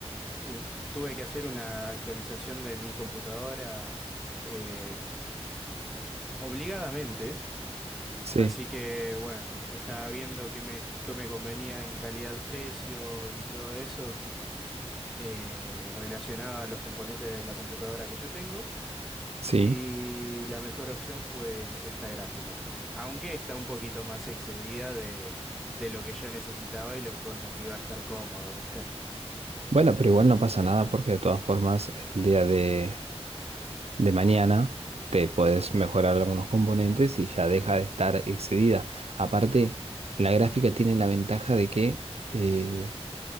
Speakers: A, in the centre; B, on the right.
A: eh, tuve que hacer una actualización de mi computadora eh, obligadamente.
B: Sí,
A: Así que bueno, estaba viendo qué me, qué me convenía en calidad-precio y todo eso eh, relacionado a los componentes de la computadora que yo tengo.
B: sí.
A: Y la mejor opción fue esta gráfica. Aunque está un poquito más excedida de, de lo que yo necesitaba y lo, con lo que iba a estar cómodo, ¿viste?
B: Bueno, pero igual no pasa nada porque de todas formas el día de, de mañana te puedes mejorar algunos componentes y ya deja de estar excedida. Aparte, la gráfica tiene la ventaja de que eh,